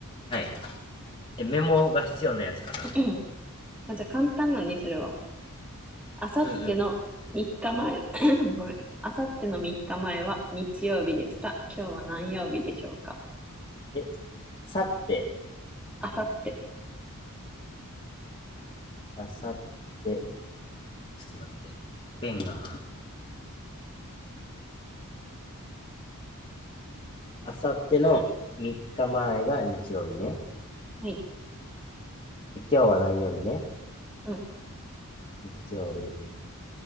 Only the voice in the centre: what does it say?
<clears throat> あ、じゃあ簡単なのにするわ。あさっての3日前、
<clears throat> ごめん。あさっての3日前は日曜日でした。今日は何曜日でしょうか。
あさって。
はい。
うん。